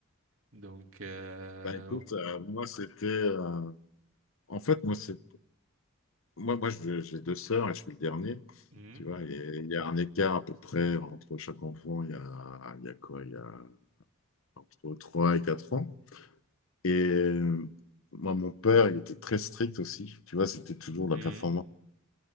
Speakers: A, on the right (about 65°); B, on the left (about 70°).
A: Donc euh...
B: Bah écoute, euh, moi c'était. euh, en fait, moi c'est. Moi, moi je- j'ai deux sœurs et je suis le dernier.
A: mhm,
B: Tu vois, et il y a un écart à peu près entre chaque enfant, il y a, il y a quoi? Il y a entre 3 et 4 ans. Et euh, moi, mon père, il était très strict aussi. Tu vois, c'était toujours la
A: mhm,
B: performance.